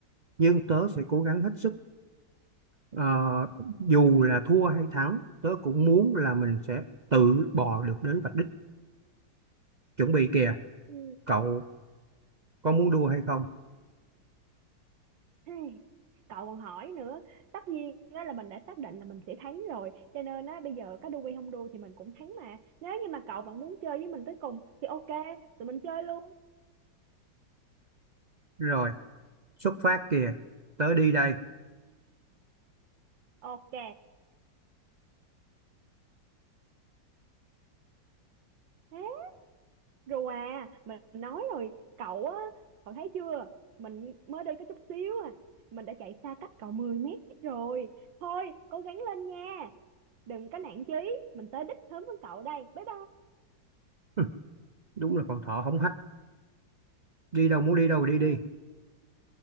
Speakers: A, on the right; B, on the right.
A: Nhưng tớ sẽ cố gắng hết sức. Ờ, dù là thua hay thắng, tớ cũng muốn là mình sẽ tự bò được đến vạch đích. Chuẩn bị kìa,
B: Ừ.
A: cậu có muốn đua hay không?
B: Hey, cậu còn hỏi nữa tất nhiên đó là mình đã xác định là mình sẽ thắng rồi cho nên á bây giờ có đu hay không đu thì mình cũng thắng mà nếu như mà cậu vẫn muốn chơi với mình tới cùng thì ok tụi mình chơi luôn
A: Rồi. xuất phát kìa tới đi đây
B: ok thế rồi à mình nói rồi cậu á cậu thấy chưa mình mới đi có chút xíu à mình đã chạy xa cách cậu 10 mét rồi thôi cố gắng lên nha đừng có nản chí mình tới đích sớm hơn cậu đây bye
A: <laughs> đúng là con thỏ hống hách đi đâu muốn đi đâu đi
B: bye
A: đi